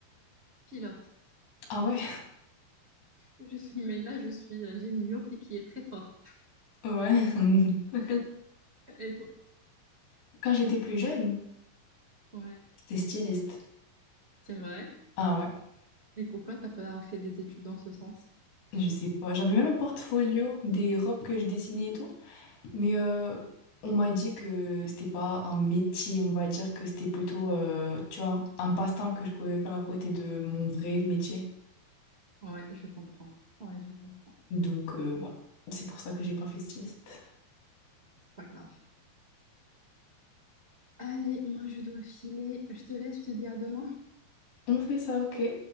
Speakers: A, on the right (about 40°); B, on the left (about 85°).
A: Pilote.
B: Ah ouais?
A: Je suis, mais là, je suis, euh, j'ai une myopie qui est très forte.
B: Ouais. <laughs>
A: <laughs> Et toi?
B: Quand j'étais plus jeune,
A: Ouais,
B: c'était styliste.
A: c'est vrai.
B: Ah ouais?
A: Et pourquoi t'as pas fait des études dans ce sens?
B: Je sais pas. J'avais même un portfolio des robes que je dessinais et tout. Mais euh, on m'a dit que c'était pas un métier, on va dire que c'était plutôt, euh, tu vois, un passe-temps que je pouvais faire à côté de mon vrai métier.
A: Ouais, je comprends. Ouais, je comprends.
B: Donc euh, voilà, c'est pour ça que j'ai pas fait styliste.
A: C'est pas grave. Allez, moi, je dois filer. Je te laisse, je te dis à demain.
B: On fait ça, ok.